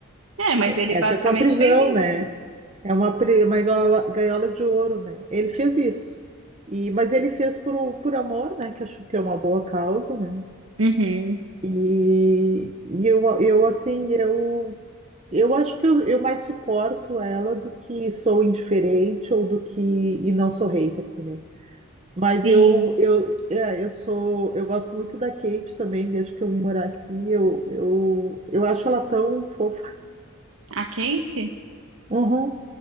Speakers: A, on the right; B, on the right.
A: É, mas ele
B: Essa
A: basicamente
B: é a tua prisão,
A: fez
B: né?
A: isso.
B: É uma, pri- uma gaiola, gaiola de ouro, né? Ele fez isso. E, mas ele fez por, por amor, né? Que acho que é uma boa causa, né?
A: Uhum.
B: E, e eu, eu, assim, eu Eu acho que eu, eu mais suporto ela do que sou indiferente ou do que e não sou hater, entendeu? Mas
A: Sim.
B: eu eu é, eu sou eu gosto muito da Kate também desde que eu vim morar aqui. Eu eu, eu acho ela tão fofa.
A: A Kate?
B: Uhum,